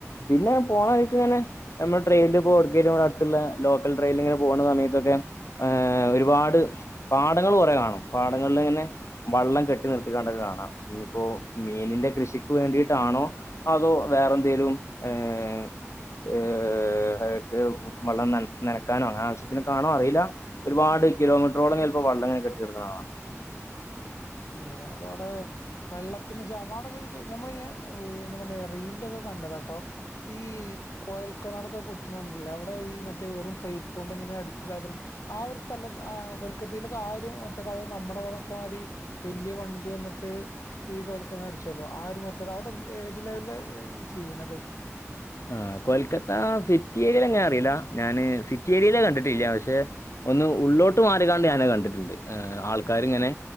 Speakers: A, on the left; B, on the left.
A: പിന്നെ പോണ വഴിക്ക് ഇങ്ങനെ നമ്മ ട്രെയിനിൽഒട്ക്കേലും അടുത്തുള്ള ലോക്കൽ ട്രെയിൽങ്ങനെ പോണ സമയത്തൊക്കെ ഏഹ ഒരുപാട് പാടങ്ങൾ കുറെ കാണും പാടങ്ങളിൽ ഇങ്ങനെ വള്ളം കെട്ടി നിർത്തിക്കാണ്ടൊക്കെ കാണാം ഇനിയിപ്പോ മീനിന്റെ കൃഷിക്ക് വേണ്ടിട്ടാണോ അതോ വേറെ എന്തേലും ഏഹ് ഏഹ് ഹക്ക് വെള്ളം ന നനക്കാനും അങ്ങ <unintelligible> കാണോ അറിയില്ല ഒരുപാട് കിലോമീറ്ററോളം ചിലപ്പോ വള്ളംങ്ങനെട്ടിെടുക്കുന്ന കാണ
B: അങ്ങനെ അപ്പൊ അവിടെ വെള്ളത്തിന് ശാമം അവിടൊക്കെ നമ്മള് എന്തല റീല്ല്യില് ഒക്കെ കണ്ടത കേട്ടോ ഈ കോയൽ കിണറൊക്കെ കുത്തിണണ്ടല്ലേ അവിടെ ഈ മറ്റേ വെറും പൈപ്പ് കൊണ്ട് ഇങ്ങനെ അടിച്ച ആ ഒരു സ്ഥലത്ത് കൊൽക്കത്തയിലേക്കെ ആരും ഒട്ട അത് നമ്മുടെ വളത്തെമാതി വല്യ വണ്ടി വന്നിട്ട് ഈ കൊൽക്കണ അടിച്ചല്ലോ ആര് മറ്റ അവിടെ എന്ത് ഏത് ലെവല് ചെയ്യണത്
A: ആഹ് കൊൽക്കത്ത സിറ്റി ഏരിയൽ എങ്ങനെ അറിയില്ല ഞാന് സിറ്റി ഏരിയയില കണ്ടിട്ടില്ല പക്ഷെ ഒന്ന് ഉള്ളോട്ട് മാറിക്കാണ്ട് ഞാന് കണ്ടിട്ടുണ്ട് ആൾക്കാര് ഇങ്ങനെ